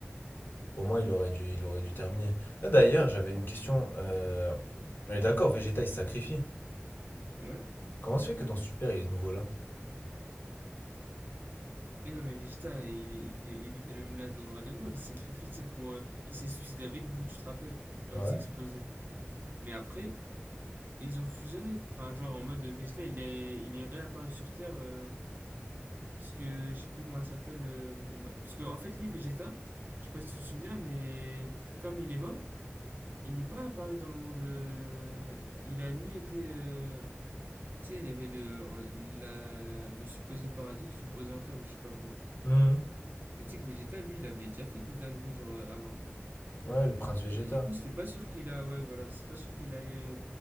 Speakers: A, on the left; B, on the right.
A: pour moi, il aurait dû, il aurait dû terminer. Ah, D'ailleurs, j'avais une question. euh, on est d'accord, Vegeta, il se sacrifie.
B: Ouais.
A: Comment se fait que dans Super, il est nouveau là?
B: Mais non mais Vegeta, il, il- il était le même là dans Dragon Ball, il se sacrifie, tu sais, pour euh, il s'est suicidé avec Boo, tu te rappelles? Genre
A: Ah
B: il s'est
A: Ouais.
B: explosé. Mais après, ils ont fusionné. Enfin genre en mode Vegeta, il est il est réapparu sur Terre euh, Parce que je sais plus comment elle s'appelle. euh, parce que en fait, lui, Vegeta, je sais pas si tu te souviens, mais comme il est mort, il n'est pas apparu dans le monde. euh, il a ni été. euh, tu sais, il y avait le, en- la- le supposé paradis, le supposé enfer ou je sais pas quoi.
A: Mhm.
B: Mais tu sais que Vegeta, lui, il avait déjà fait des dingueries genre euh, avant.
A: Ouais, le prince Vegeta.
B: Et du coup, c'était pas sûr qu'il a. Ouais, voilà, c'est pas sûr qu'il aille. euh,